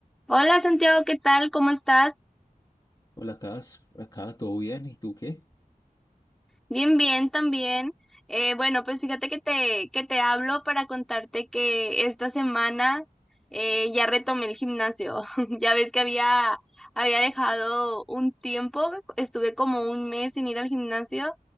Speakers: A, in the centre; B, on the left (about 25°).
A: Hola Santiago, ¿qué tal? ¿Cómo estás?
B: Hola, Cas, acá todo bien, ¿y tú qué?
A: Bien, bien, también. Eh, bueno, pues fíjate que te, que te hablo para contarte que esta semana eh, ya retomé el gimnasio. <laughs> Ya ves que había, había dejado un tiempo, estuve como un mes sin ir al gimnasio